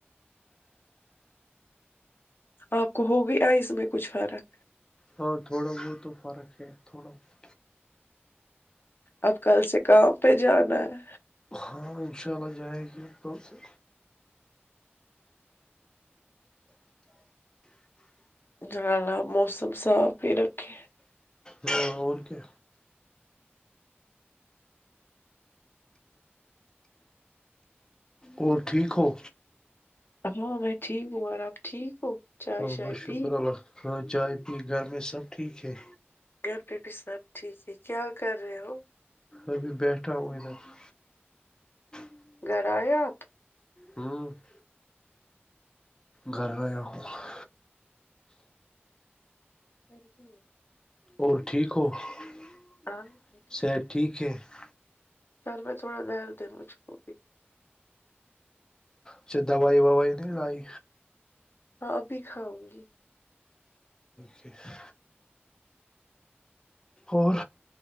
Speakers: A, on the left; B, on the left.
A: آپ کو ہو گئی آیز میں کچھ فرق
B: ہاں تھوڑا بہت تو فرق ہے تھوڑا بہت
A: اب کل سے کام پہ جانا ہے
B: ہاں ان شاء اللہ جائے گے کل سے
A: جلالا موسم صاف ہی رکھے
B: ہاں اور کیا اور ٹھیک ہو
A: ہاں میں ٹھیک ہو اور آپ ٹھیک ہو چائے
B: ہاں
A: شائے
B: بس شکر
A: پی
B: اللہ ہاں چائے پی گھر میں سب ٹھیک ہے
A: گھر پہ بھی سب ٹھیک ہے کیا کر رہے ہو
B: ابھی بیٹھا ہو ادھر ہ <inaudible>
A: گھر ائے اپ
B: ہاں <unintelligible> گھر ایا ہوں <unintelligible>
A: کرد ہے
B: اور ٹھیک ہو <unintelligible>
A: ہاں <unintelligible>
B: صحت ٹھیک ہے <unintelligible>
A: سر میں تھوڑا درد ہیں مجھ کو
B: اچا دوائی ووائی نہیں لائی
A: اپ بھی کھاؤں گی
B: ٹھیک ہے اور